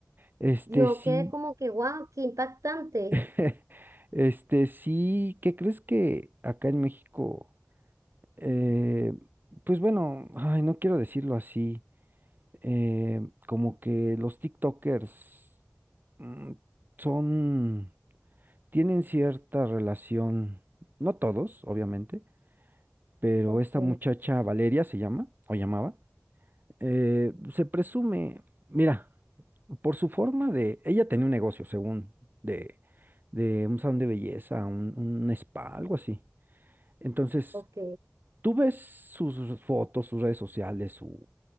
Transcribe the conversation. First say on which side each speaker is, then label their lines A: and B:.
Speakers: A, on the right; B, on the right.
A: Este
B: Yo
A: sí.
B: quedé como que, wow, qué impactante.
A: <laughs> Este sí, ¿qué crees que acá en México? eh, pues bueno, ay, no quiero decirlo así, eh, como que los TikTokers mm, son, tienen cierta relación, no todos, obviamente, pero
B: Ok,
A: esta muchacha Valeria se llama, o llamaba, eh, se presume, mira, por su forma de, ella tenía un negocio, según, de, de un salón de belleza, un, un spa, algo así. Entonces,
B: ok,
A: Tú ves sus sus fotos, sus redes sociales, su,